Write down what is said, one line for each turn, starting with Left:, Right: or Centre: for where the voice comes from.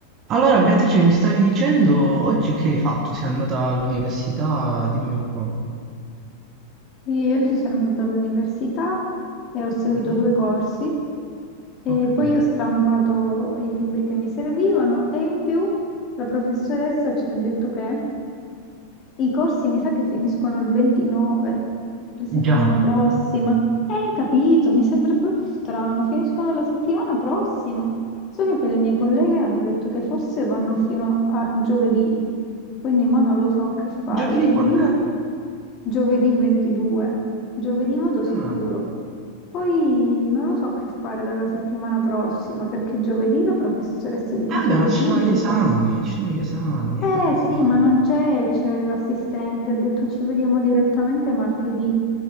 Right: Allora, Beatrice, mi stavi dicendo oggi che hai fatto? Sei andata all'università? Dimmi un po'.
Left: Sì, oggi sono andata all'università e ho seguito
Right: Mhm.
Left: due corsi e
Right: Ho capito.
Left: poi ho stampato i libri che mi servivano e in più la professoressa ci ha detto che i corsi mi sa che finiscono il 29, la settimana
Right: Già.
Left: prossima. Eh, capito, mi sembra proprio strano, finiscono la settimana prossima. Solo che le mie colleghe hanno detto che forse vanno fino a giovedì, quindi mo non lo so che fare.
Right: Giovedì
Left: Giovedì,
Right: quando
Left: va-
Right: è?
Left: giovedì 22, giovedì vado sicuro.
Right: Ah.
Left: Poi non lo so che fare dalla settimana prossima, perché giovedì la professoressa di fisiologia
Right: Eh beh, ma ci sono
Left: ha detto...
Right: gli esami, ci sono gli esami,
Left: Eh
Right: io quando esami.
Left: sì, ma non c'è, c'è l'assistente, ha detto ci vediamo direttamente martedì,